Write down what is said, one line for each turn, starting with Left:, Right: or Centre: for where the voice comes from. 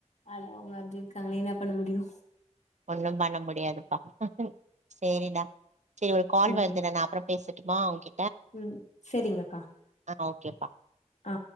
Left: ஆனா அவுங்க அப்டி இருக்காங்களே என்ன பண்ண முடியு
Right: ஒண்ணு பண்ண முடியாதுப்பா சேரிடா சேரி ஒரு கால்
Left: ஓகே
Right: வருது நானு அப்றம் பேசட்டுமா ஓகே
Left: ம் சரிங்கக்கா
Right: ஆ ஓகேப்பா
Left: ஆ